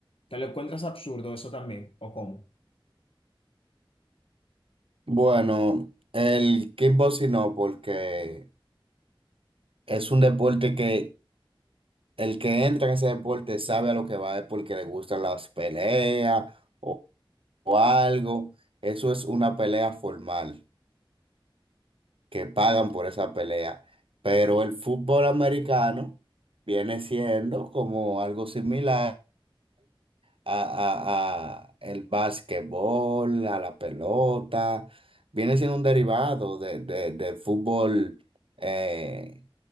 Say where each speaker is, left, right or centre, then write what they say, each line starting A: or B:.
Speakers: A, on the left; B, on the right.
A: te lo encuentras absurdo eso también, ¿o cómo?
B: Bueno, el kickboxing no, porque es un deporte que el que entra en ese deporte sabe a lo que va, es porque le gustan las peleas o, o algo. Eso es una pelea formal, que pagan por esa pelea. Pero el fútbol americano viene siendo como algo similar. a, a- a el básquetbol, a la pelota. Viene siendo un derivado de, de- del fútbol eh,